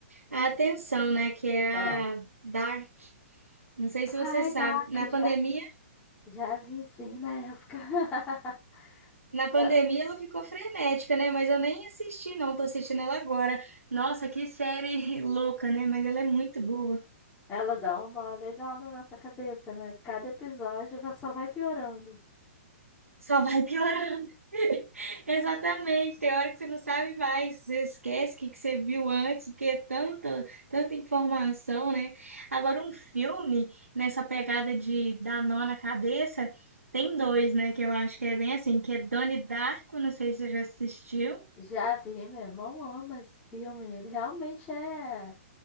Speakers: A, on the right; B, on the left.
A: a atenção, né? Que é
B: Qual?
A: a Dark. Não sei se você
B: Ai,
A: sabe,
B: Dark,
A: na pandemia,
B: já, já vi sim na época. <laughs>
A: na pandemia
B: Ela
A: ela ficou frenética, né? Mas eu nem assisti, não, tô assistindo ela agora. Nossa, que série <laughs> louca, né? Mas ela é muito boa.
B: ela dá um nó legal na nossa cabeça, né? Cada episódio vai- só vai piorando.
A: Só vai piorando. <laughs> Exatamente. Tem hora que você não sabe mais, você esquece o que que você viu antes, porque é tanta, tanta informação, né? Agora, um filme nessa pegada de dar nó na cabeça, tem dois, né? Que eu acho que é bem assim, que é Donnie Darko, não sei se você já assistiu.
B: Já vi, meu irmão ama esse filme. Ele realmente é,